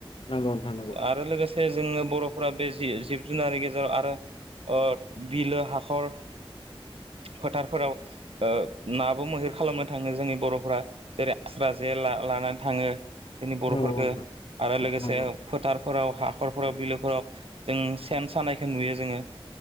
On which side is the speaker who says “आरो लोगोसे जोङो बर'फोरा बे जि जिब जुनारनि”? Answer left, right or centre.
Right